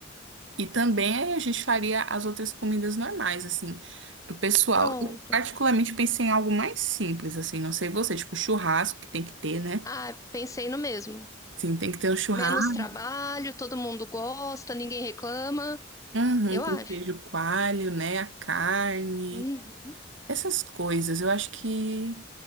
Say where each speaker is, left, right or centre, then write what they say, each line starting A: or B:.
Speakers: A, on the right; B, on the left.
A: E também aí a gente faria as outras comidas normais, assim, pro pessoal.
B: pronto.
A: Eu particularmente pensei em algo mais simples, assim, não sei você, tipo churrasco que tem que ter, né?
B: Ah, pensei no mesmo.
A: Sim, tem que ter um churrasco.
B: Menos trabalho, todo mundo gosta, ninguém reclama.
A: Uhum,
B: Eu
A: com
B: acho.
A: queijo coalho, né? A carne,
B: Hum,
A: essas coisas. Eu acho que.